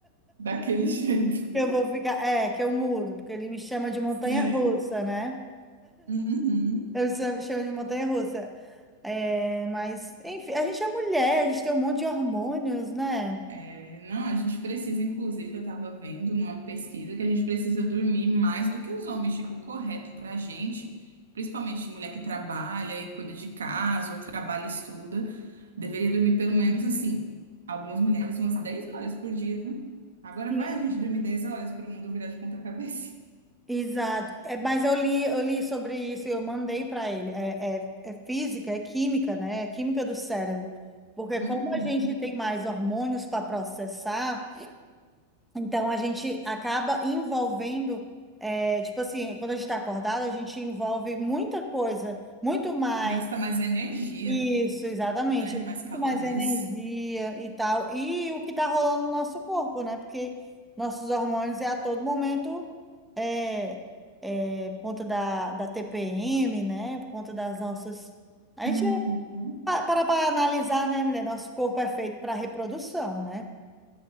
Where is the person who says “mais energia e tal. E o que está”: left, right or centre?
Centre